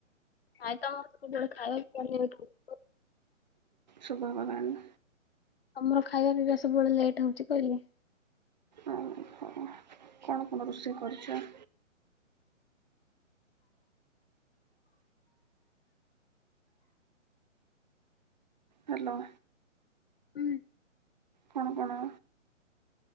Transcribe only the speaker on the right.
ଶୁଭାଗଲାନି।
ଓହୋ। କଣ କଣ ରୋଷେଇ କରିଛ। ହ୍ୟାଲୋ।
କଣ କଣ।